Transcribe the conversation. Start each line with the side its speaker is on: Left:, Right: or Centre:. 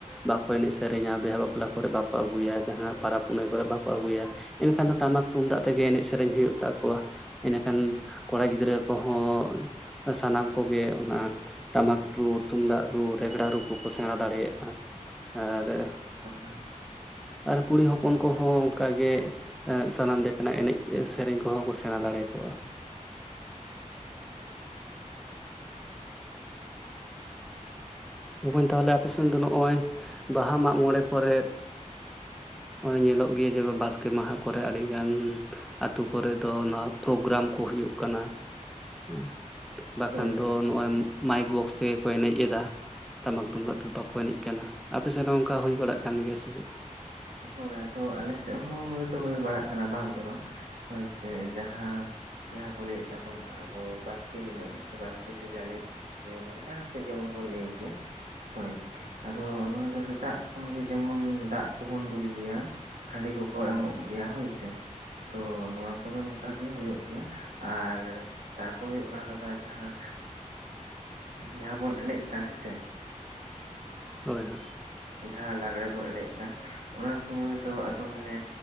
Centre: ᱵᱟᱠᱚ ᱮᱱᱮᱡ ᱥᱮᱨᱮᱧᱟ ᱵᱤᱦᱟ ᱵᱟᱯᱞᱟ ᱠᱚᱨᱮ ᱵᱟᱠᱚ ᱟᱹᱜᱩᱭᱟ ᱡᱟᱦᱟᱸ ᱯᱟᱨᱟᱵᱽ ᱯᱩᱱᱟᱹᱭ ᱠᱚᱨᱮ ᱵᱟᱝᱠᱚ ᱟᱹᱜᱩᱭᱟ ᱮᱱᱠᱷᱟᱱ ᱫᱚ ᱴᱟᱢᱟᱠ ᱛᱩᱢᱫᱟᱜ ᱛᱮᱜᱮ ᱮᱱᱮᱡ ᱥᱮᱨᱮᱧ ᱦᱳᱭᱳᱜ ᱛᱟᱠᱚᱣᱟ ᱾ ᱤᱱᱮᱠᱷᱟᱱ ᱠᱚᱲᱟ ᱜᱤᱫᱽᱨᱟᱹ ᱠᱚᱦᱚᱸ ᱥᱟᱱᱟᱢ ᱠᱚᱜᱮ ᱚᱱᱟ ᱴᱟᱢᱟᱠ ᱨᱩ, ᱛᱩᱢᱫᱟᱜ ᱨᱩ, ᱨᱮᱜᱽᱲᱟ ᱨᱩ ᱠᱚᱠᱚ ᱥᱮᱸᱬᱟ ᱫᱟᱲᱮᱭᱟᱜᱼᱟ᱾ ᱟᱨ ᱮ
Right: ᱦᱳᱭ ᱦᱳᱭ
Centre: ᱟᱨ ᱠᱩᱲᱤ ᱦᱚᱯᱚᱱ ᱠᱚᱦᱚᱸ ᱚᱝᱠᱟ ᱜᱮ ᱮ ᱥᱟᱱᱟᱢ ᱞᱮᱠᱟᱱᱟᱜ ᱮᱱᱮᱡ ᱥᱮᱨᱮᱧ ᱠᱚᱦᱚᱸ ᱠᱚ ᱥᱮᱬᱟ ᱫᱟᱲᱮ ᱠᱚᱜᱼᱟ᱾ ᱵᱚᱠᱚᱧ ᱛᱟᱦᱞᱮ ᱟᱯᱮᱥᱮᱱ ᱫᱚ ᱱᱚᱜᱼᱚᱭ ᱵᱟᱦᱟ ᱢᱟᱜ ᱢᱚᱬᱮ ᱠᱚᱨᱮᱫ ᱦᱮᱸ ᱦᱚᱜ-ᱚᱭ ᱧᱮᱞᱚᱜ ᱜᱮᱭᱟ ᱡᱮ ᱵᱟ ᱵᱟᱥᱠᱮ ᱢᱟᱦᱟ ᱠᱚᱨᱮ ᱟᱹᱰᱤᱜᱟᱱ ᱟᱹᱛᱩ ᱠᱚᱨᱮ ᱫᱚ ᱱᱚᱣᱟ ᱯᱨᱳᱜᱨᱟᱢ ᱠᱚ ᱦᱩᱭᱩᱜ ᱠᱟᱱᱟ᱾ ᱦᱮᱸ ᱵᱟᱠᱷᱟᱱ
Right: ᱦᱳᱭ ᱦᱳᱭ
Centre: ᱫᱚ ᱱᱚᱜᱼᱚᱭ ᱢᱟᱭᱤᱠ ᱵᱚᱠᱥ ᱛᱮᱜᱮ ᱠᱚ ᱮᱱᱮᱡ ᱮᱫᱟ᱾ ᱴᱟᱢᱟᱠ ᱛᱩᱢᱫᱟᱜ ᱛᱮᱫ ᱵᱟᱠᱚ ᱮᱱᱮᱡ ᱠᱟᱱᱟ᱾ ᱟᱯᱮ ᱥᱮᱱ ᱚᱱᱠᱟ ᱦᱳᱭ ᱵᱟᱲᱟᱜ ᱠᱟᱱ ᱜᱮᱭᱟ ᱥᱮ ᱪᱮᱫ?
Right: ᱦᱳᱭ ᱟᱫᱚ ᱟᱞᱮ ᱥᱮᱜ ᱦᱚᱸ ᱦᱩᱭ ᱫᱚ ᱦᱳᱭ ᱵᱟᱲᱟᱜ ᱠᱟᱱᱟ ᱵᱟᱝ ᱫᱚ ᱵᱟᱝ, ᱦᱳᱭ ᱥᱮ ᱡᱟᱦᱟᱸ ᱡᱟᱦᱟᱸ ᱠᱚ ᱞᱟᱹᱭᱮᱫ ᱛᱟᱵᱚᱱᱟ ᱦᱟᱸᱜ ᱟᱵᱚ ᱵᱟᱥᱠᱮ ᱦᱤᱞᱳᱜ ᱦᱮᱸ ᱥᱮ ᱵᱟᱥᱠᱮ ᱥᱮ ᱡᱟᱞᱮ᱾ ᱦᱮᱸ ᱱᱚᱭᱰᱟ ᱡᱟᱦᱟᱸ ᱥᱮᱫ ᱡᱮᱢᱚᱱ ᱵᱚᱱ ᱞᱟᱹᱭ ᱠᱮᱭᱟ᱾ ᱦᱳᱭ, ᱟᱫᱚ ᱱᱚᱣᱟ ᱫᱚ ᱥᱮᱛᱟᱜ ᱠᱷᱚᱱ ᱞᱞᱡᱮᱢᱚᱱ ᱫᱟᱜ ᱠᱚᱵᱚᱱ ᱫᱩᱞ ᱜᱮᱭᱟ, ᱦᱟᱺᱰᱤ ᱠᱚᱠᱚ ᱮᱢᱚᱜ ᱜᱮᱭᱟ ᱦᱳᱭᱥᱮ ᱛᱚ ᱱᱚᱣᱟ ᱠᱚᱫᱚ ᱱᱚᱝᱠᱟ ᱜᱮ ᱦᱳᱭᱳᱜ ᱜᱮᱭᱟ ᱟᱨ ᱛᱟᱨᱯᱚᱨ ᱦᱳᱭᱳᱜ ᱠᱟᱱ ᱞᱟᱛᱟᱨ ᱡᱟᱦᱟᱸ ᱡᱟᱦᱟᱸ ᱵᱚᱱ ᱮᱱᱮᱡ ᱠᱟᱱ ᱦᱮᱸᱥᱮ?
Centre: ᱦᱳᱭ ᱦᱳᱭ᱾
Right: ᱡᱟᱦᱟᱸ ᱞᱟᱜᱽᱲᱮ ᱵᱚᱱ ᱮᱱᱮᱡ ᱠᱟᱱ ᱚᱱᱟ ᱥᱩᱢᱚᱭ ᱫᱚ ᱟᱫᱚ ᱢᱟᱱᱮ